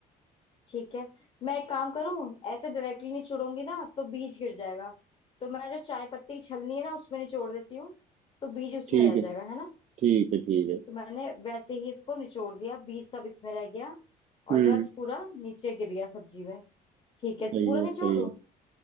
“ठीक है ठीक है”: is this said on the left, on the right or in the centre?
Right